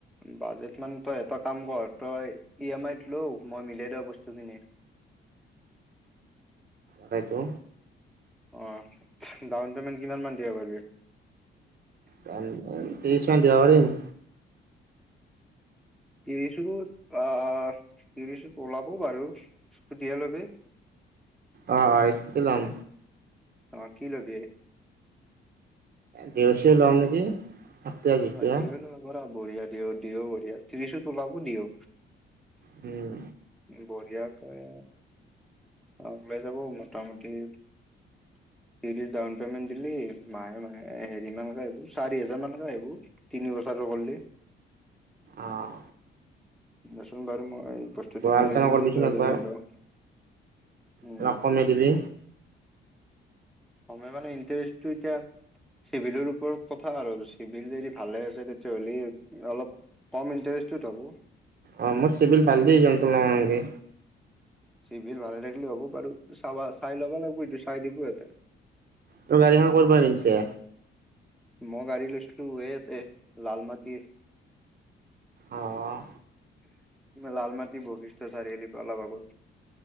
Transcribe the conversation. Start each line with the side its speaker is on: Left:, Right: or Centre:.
Centre: বাজেট মানে তই এটা কাম কৰ তই ই এম আইত ল' মই মিলে দেও বস্তুখিনি।
Right: সেইটো।
Centre: অহ, ডাউন পেমেণ্ট কিমান মান দিয়া পাৰবি?
Right: ত্ৰিছ মান দিবা পাৰিম।
Centre: ত্ৰিছটোত আহ ত্ৰিছোত ওলাব বাৰু স্কুটিয় ল'বি।
Right: অ অ স্কুটি ল'ম।
Centre: অ কি লবি। <inaudible>
Right: দেওচি লওঁ নেকি। <inaudible> চেক্টিভা
Centre: অ দিও লব পাৰা। বঢ়িয়া দিওঁ দিও বঢ়িয়া ত্ৰিশত ওলাব দিওঁ।
Right: উম।
Centre: বঢ়িয়াকৈ ওলাই যাব মোটামুটি ত্ৰিশ ডাউন পেমেণ্ট দিলি মাহে মাহে হেৰি মানকে আহিব চাৰি হোজাৰ মানকে আহিব তিনি বছৰ কৰিলে।
Right: অহ।
Centre: নি। বাৰু মই বস্তুটো মিলাই
Right: আলোচনা
Centre: দিম
Right: কৰিবিচোন
Centre: দে তই
Right: একবাৰ।
Centre: যদি লওঁ। উম।
Right: অলপ কমাই দিবি
Centre: কমাই মানে ইণ্টাৰেষ্ট এতিয়া চিভিলৰ ওপৰত কথা আৰু চিভিল যদি ভালে আছে তেতিয়াহ'লে অলপ কম ইণ্টাৰেষ্টত হ'ব।
Right: অ মোৰ চিভিল ভালদেই টেনচন লবা নালাগে।
Centre: চিভিল ভালে থাকিলে হ'ব বাৰু চাবা চাই ল'ব লাগিব এইটো চাই দিব ইয়াতে।
Right: তই গাড়ীখন কৰ পৰা কিনছা?
Centre: মই গাড়ী লৈছিলো এয়াতে, লাল মাটিৰ।
Right: অ'।
Centre: লালমাটি বৈশিষ্ট চাৰিআলিপা অলপ আগত।